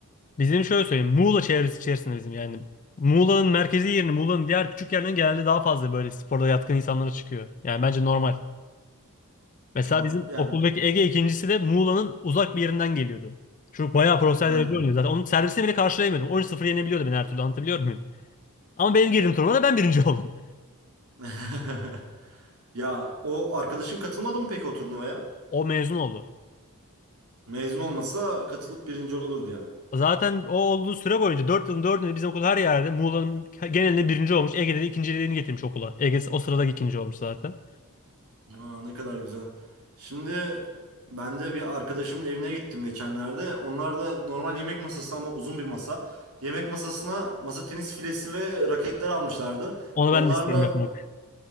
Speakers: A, on the left; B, on the right.
A: Bizim şöyle söyleyeyim. Muğla çevresi içerisinde bizim yani. Muğla'nın merkezi yerine Muğla'nın diğer küçük yerlerinden genelde daha fazla böyle sporda yatkın insanlara çıkıyor. Yani bence normal. Mesela
B: Ha,
A: bizim
B: o- ya,
A: okuldaki
B: bi-
A: Ege ikincisi de Muğla'nın uzak bir yerinden geliyordu. Çocuk bayağı profesyonel
B: ha.
A: derece oynuyor zaten. Onun servisini bile karşılayamadım. 13 sıfır yenebiliyordu beni her türlü anlatabiliyor muyum? Ama benim girdiğim turnuvada ben birinci <laughs> oldum.
B: <laughs> Ya o arkadaşın katılmadı mı peki o turnuvaya?
A: O mezun oldu.
B: Mezun olmasa katılıp birinci olurdu yani.
A: Zaten o olduğu süre boyunca 4 yılın 4'ünde bizim okul her yerde Muğla'nın genelinde birinci olmuş. Ege'de de ikinciliğini getirmiş okula. Ege o sırada ikinci olmuş zaten.
B: Aa, ne kadar güzel. Şimdi ben de bir arkadaşımın evine gittim geçenlerde. Onlar da normal yemek masası ama uzun bir masa. Yemek masasına masa tenis filesi ve raketler almışlardı.
A: Onu
B: Onlarla
A: ben de isterim yapmak.